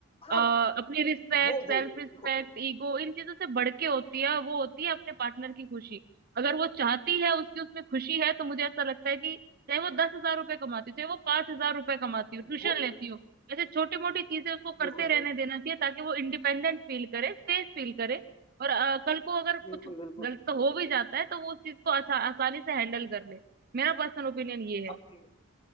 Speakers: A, on the left; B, on the right.
A: हाँ
B: अ, अपनी रिस्पेक्ट
A: वो देखो
B: सेल्फ रिस्पेक्ट
A: देखो
B: ईगो इन चीजों से बढ़ के होती है और वो होती है अपने पार्टनर की खुशी अगर वो चाहती है उसकी उसमें खुशी है तो मुझे ऐसा लगता है कि चाहे वो दस हजार रुपए कमाती हो चाहे वो पांच हजार रुपए कमाती हो ट्यूशन
A: वो
B: लेती हो ऐसे छोटी मोटी चीजें उसको करते
A: बिल्कुल
B: रहने
A: बिल्कुल
B: देना चाहिए ताकि वो इंडिपेंडेंट फील करे सेफ फील करे और अ, कल को अगर
A: बिल्कुल
B: कुछ
A: बिल्कुल
B: गलत हो भी जाता है तो वो उस चीज को आसा, आसानी से हैंडल कर ले मेरा पर्सनल ओपिनियन ये है
A: अब ठीक